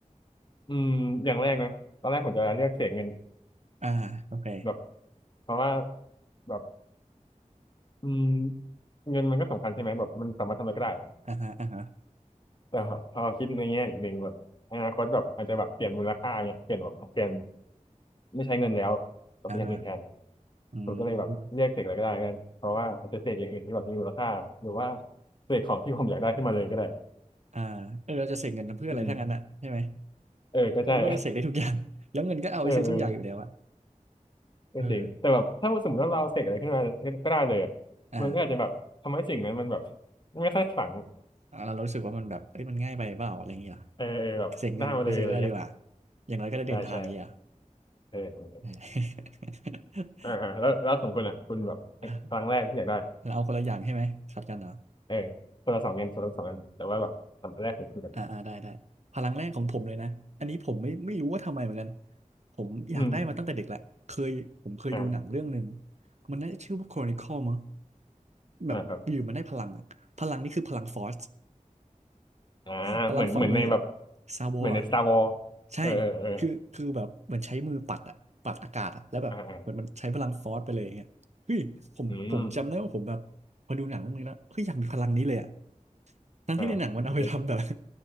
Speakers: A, on the left; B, on the right.
A: อืมอย่างแรกนะตอนแรกผมจะเลือกเสกเงิน
B: อ่าโอเค
A: แบบเพราะว่าแบบอืมเงินมันก็สำคัญใช่ไหมแบบมันสามารถทำอะไรก็ได้
B: อ่าฮะอ่าฮะ
A: แต่พอคิดในแง่อีกหนึ่งแบบอนาคตแบบอาจจะแบบเปลี่ยนมูลค่าเงี้ยเปลี่ยนแบบเปลี่ยนไม่ใช้เงินแล้วแต่เป็นอย่างอื่นแทน
B: อ่าฮะอื
A: ผมก็เลยแบบเรียกเสกอะไรก็ได้กันเพราะว่ามันจะเสกอย่างอื่นที่แบบมีมูลค่าหรือว่า
B: ม
A: เสกของที่ผมอยากได้ขึ้นมาเลยก็ได้
B: อ่าเออเราจะเสกเงินทำเพื่ออะไรถ้างั้นอะใช่ไหม
A: อืมเออก็ใช่
B: ในเมื่อเราเสกได้ทุกอย่างแล้วเงินก็เอาไปซื้อทุกอย่างอยู่แล้วอะ
A: <laughs> เออเออก็จริงแต่แบบถ้าสมมติว่าเราเสกอะไรขึ้นมาก็ก็ได้เลยอะมันก็อาจจะแบบทำให้สิ่งนั้นมันแบบ
B: เอออ่า
A: ไม่ค่อยฝัง
B: อ่าเรารู้สึกว่ามันแบบเอ้ยมันง่ายไปเปล่าอะไรอย่างเงี้ย
A: เออเออแบบได้มาเลยอะไรเงี้ย
B: เสียเงินไปซื้ออะไรดีกว่าอย่างน้อยก็ได้เดินทางอีกอ่ะ
A: ใช่ใช่เออเออ
B: <laughs>
A: เอออ่าฮะแล้วแล้วของคุณอ่ะคุณแบบ
B: อ่า <laughs> อ่ะ
A: ครั้งแรกที่อยากได้
B: เราเอาคนละอย่างใช่ไหมขัดกันเหรอ
A: เออคนละสองอันคนละสองอันแต่ว่าแบบสาำอันแรกของคุณกัน
B: อ่าอ่าได้ได้พลังแรกของผมเลยนะอันนี้ผมไม่ไม่รู้ว่าทำไมเหมือนกันผมอยากได้มาตั้งแต่เด็กแหละเคยผมเคยดูหนังเรื่องหนึ่ง
A: อืมอ่า
B: มันน่าจะชื่อว่า Chronicle มั้งแบบอยู่มันได้พลังอ่ะพลังนี่คือพลังฟอร์ส
A: อ่าครับอ่าเหมือนเหมือนในแบบ
B: <laughs> พลังฟอร์สเหมือนซาบอ่ะ
A: เหมือนใน Star Wars
B: ใช่
A: เออเออ
B: คือคือแบบเหมือนใช้มือปัดอะปัดอากาศอะแล้วแบบเหมือนมันใช้พลังฟอร์สไปเลยอย่างเงี้ยเฮ้ยผมผมจำได้ว่าผมแบบพอดูหนังเรื่องนี้แล้วเฮ้ยอยากมีพลังนี้เลยอะ
A: เอออ่าอ่าอืม
B: ทั้งที่ในหนังมันเอาไปทำแบบ
A: อ่ามันจะ